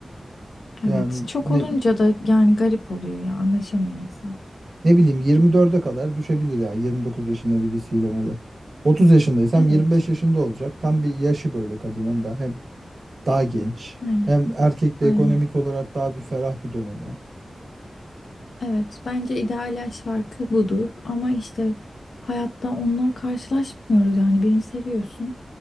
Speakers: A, on the left (about 85°); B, on the right (about 70°).
A: Evet.
B: Yani
A: Çok
B: ne
A: olunca da yani garip oluyor ya anlaşamıyor insan.
B: ne bileyim 24'e kadar düşebilir ya 29 yaşında birisiyle böyle. 30 yaşındaysam
A: Evet.
B: 25 yaşında olacak. Tam bir yaşı böyle kadının da. Hem daha genç.
A: Aynen.
B: Hem erkek de
A: Aynen.
B: ekonomik olarak daha bir ferah bir döneme.
A: Evet. Bence ideal yaş farkı budur ama işte hayatta onunla karşılaşmıyoruz yani birini seviyorsun.